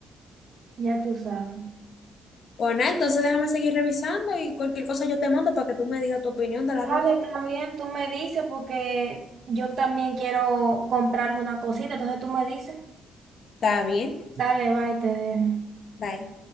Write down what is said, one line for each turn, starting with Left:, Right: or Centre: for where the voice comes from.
Right: ya tú sabes.
Left: Pues nada, entonces déjame seguir revisando y cualquier cosa yo te mando para que tú me digas tu opinión de la
Right: Dale,
Left: ropa.
Right: también tú me dices porque yo también quiero comprar alguna cosita, entonces tú me dices,
Left: Está bien,
Right: dale, bye, te dejo.
Left: bye.